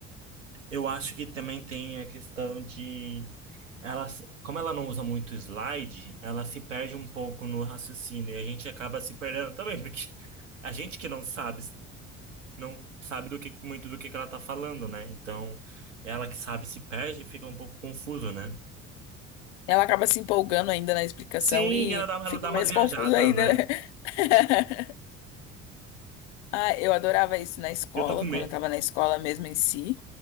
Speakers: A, on the right; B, on the left.
A: eu acho que também tem a questão de ela, se- como ela não usa muito slide, ela se perde um pouco no raciocínio e a gente acaba se perdendo também, <laughs> porque a gente que não sabe, não sabe do que muito do que que ela tá falando, né? Então, ela que sabe se perde e fica um pouco confuso, né?
B: Ela acaba se empolgando ainda na explicação
A: Sim,
B: e
A: ela dá, ela
B: fica
A: dá umas
B: mais
A: viajadas,
B: confuso ainda,
A: né?
B: né? <laughs> Ah, eu adorava isso na escola,
A: Eu tô com medo.
B: quando eu tava na escola mesmo em si.